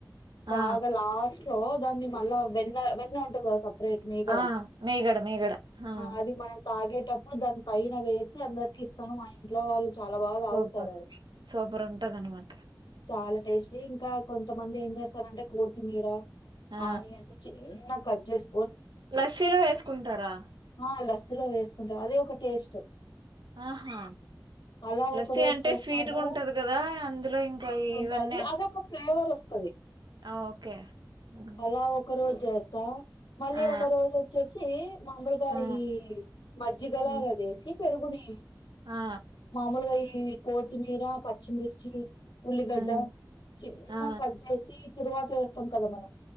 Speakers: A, on the right (about 75°); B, on the left (about 70°).
A: ఆ
B: బాగా లా ఓ దాన్ని మళ్ళా వెన్న వెన్న ఉంటుంది కదా సప్ రేట్ మీగడ
A: ఆ మీగడ మీగడ ఆ
B: అది మనం తాగేటప్పుడు దాని పైన వేసి అందరికి ఇస్తాను మా ఇంట్లో వాళ్ళు చాలా బాగా తాగుతారు
A: సూపర్
B: అది
A: సూపర్ ఉంటదనమాట
B: చాలా టేస్టీ ఇంకా కొన్ తమంది ఏం చేస్తారంటే కొత్తిమీర
A: ఆ
B: ఆనియన్స్ చిన్న కట్ చేస్
A: లస్సీలో వేసుకుంటారా
B: ఆ లస్సీలో వేసుకుంటారు అదే ఒక టేస్ట్
A: ఆహా
B: అలా
A: లస్సి
B: ఒక రోజు
A: అంటే
B: చేస్తాను
A: స్వీట్‌గుంటది కదా అందులో ఇంకా
B: స్వీట్ ఉంటది
A: ఇవన్నీ యెస్
B: అదొక ఫ్లేవర్ వస్తది
A: ఆ ఓకే ఉమ్.
B: అలా ఒక రోజు చేస్తా మళ్ళీ
A: ఆ
B: ఒక రోజు వచ్చేసి మామూలుగా
A: ఆ
B: ఈ మజ్జిగలాగా
A: ఉమ్,
B: చేసి పెరుగుని
A: ఆ
B: మామూలుగా ఈ కోత్తిమీర పచ్చిమిర్చి ఉల్లిగడ్డ
A: ఉమ్
B: చిన్నగా
A: ఆ
B: కట్ చేసి తిర్వాత వేస్తాం కదా మనం